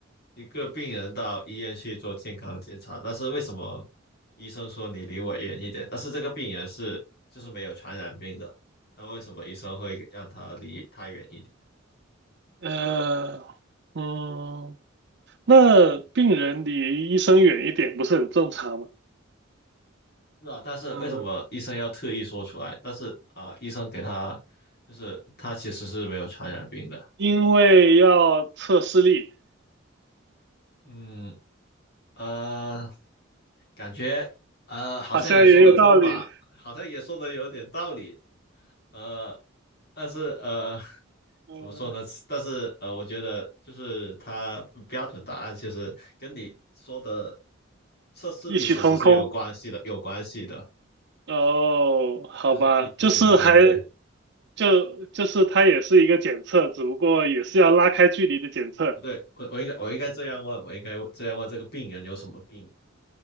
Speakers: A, on the left; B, on the right.
A: 一个病人到医院去做健康检查，但是为什么医生说你离我远一点？但是这个病人是就是没有传染病的，但为什么医生会让他离他远一点？
B: 嗯嗯，那病人离医生远一点不是很正常吗？
A: 是啊，但是为什么医生要特意说出来？
B: 嗯，
A: 但是啊、医生给他就是他其实是没有传染病的。
B: 因为要测视力，
A: 嗯啊、呃感觉呃好像也说得通吧，
B: 好像也有道理。
A: 好像也说得有点道理，呃，但是呃 <laughs>
B: 嗯，
A: 怎么说呢？但是呃，我觉得就是它嗯标准答案其实跟你说的测试力其实是有关系的，
B: 异曲同工。
A: 有关系的，
B: 哦，好吧，
A: 就是异曲同工。
B: 就是还
A: 对，
B: 就就是它也是一个检测，只不过也是要拉开距离的检测。
A: 不对？我我应该我应该这样问，我应该这样问这个病人有什么病？